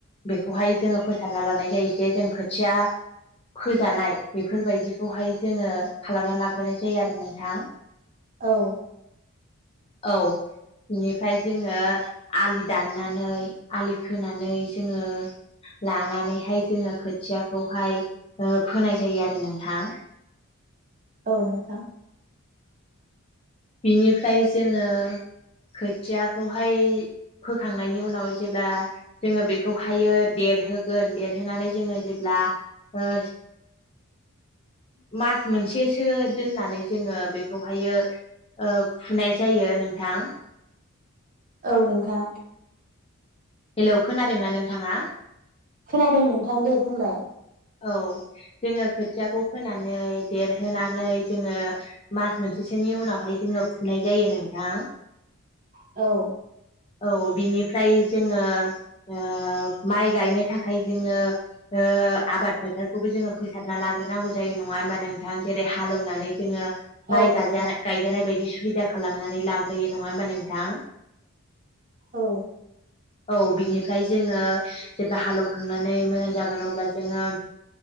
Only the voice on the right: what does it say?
औ
औ नोंथां
औ नोंथां।
खोनादों नोंथां दे बुंलाय।
औ।
औ नोंथां
औ।